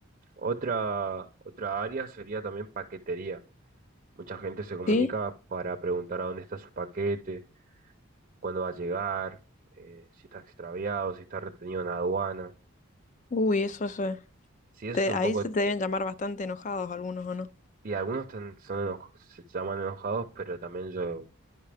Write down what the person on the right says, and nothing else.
Otra, otra área sería también paquetería. Mucha gente se comunica
para preguntar a dónde está su paquete, cuándo va a llegar, eh, si está extraviado, si está retenido en aduana.
Sí, eso
es un
poco
Y algunos tan- son eno- se llaman enojados, pero también yo,